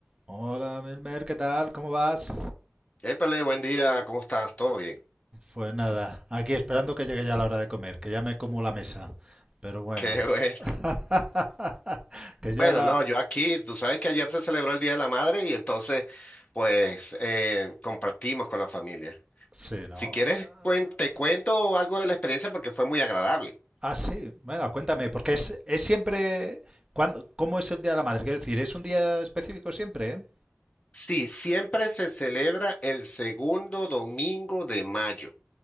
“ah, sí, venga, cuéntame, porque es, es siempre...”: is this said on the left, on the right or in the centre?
Right